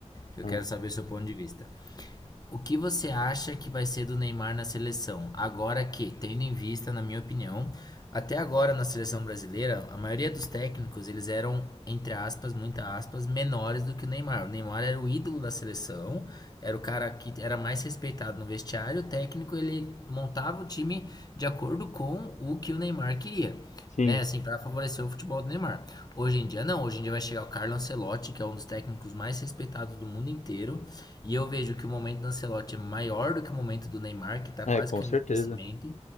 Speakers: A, on the left; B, on the left.
A: que Eu
B: Ah,
A: quero saber seu ponto de vista. O que você acha que vai ser do Neymar na seleção? Agora que, tendo em vista, na minha opinião, até agora na seleção brasileira, a maioria dos técnicos, eles eram, entre aspas, muitas aspas, menores do que o Neymar. O Neymar era o ídolo da seleção, era o cara que era mais respeitado no vestiário, o técnico, ele montava o time de acordo com o que o Neymar queria
B: sim,
A: né, assim, para favorecer o futebol do Neymar. Hoje em dia não, hoje em dia vai chegar o Carlo Ancelotti, que é um dos técnicos mais respeitados do mundo inteiro, e eu vejo que o momento do Ancelotti é maior do que o momento do Neymar, que tá quase
B: é, com
A: caindo
B: certeza.
A: em esquecimento.